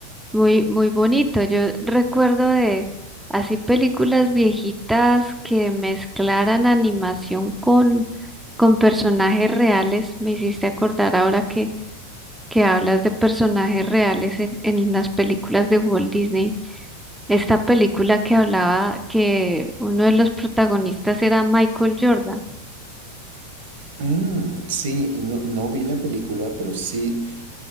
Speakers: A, in the centre; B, on the right (about 75°).
A: Muy, muy bonito. Yo recuerdo de así películas viejitas que mezclaran animación con, con personajes reales. Me hiciste acordar ahora que, que hablas de personajes reales en, en las películas de Walt Disney. Esta película que hablaba que uno de los protagonistas era Michael Jordan.
B: Mm, sí, no, no vi la película, pero sí